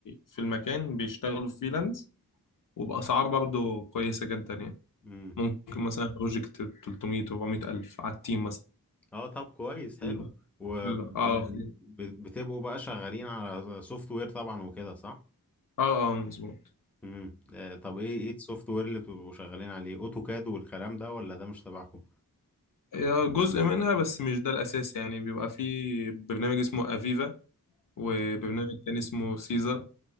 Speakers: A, on the left (about 60°); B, in the centre.
A: في المكان بيشتغلوا فريلانس وبأسعار برضه كويسة جدا يعني
B: امم
A: ممكن مثلا بروجكت 300 400 ألف على التيم مثلا
B: اه طب كويس حلو
A: ال-
B: ويعني
A: ال- اه
B: بتبقوا بقى شغالين على سوفت وير طبعا وكده صح
A: اه اه مظبوط
B: امم آه، طب ايه ايه السوفت وير اللي بتبقوا شغالين عليه اوتوكاد والكلام ده ولا ده مش تبعكم
A: آه، جزء منها بس مش ده الأساس يعني بيبقى في برنامج اسمه أفيفا وبرنامج تاني اسمه سيزا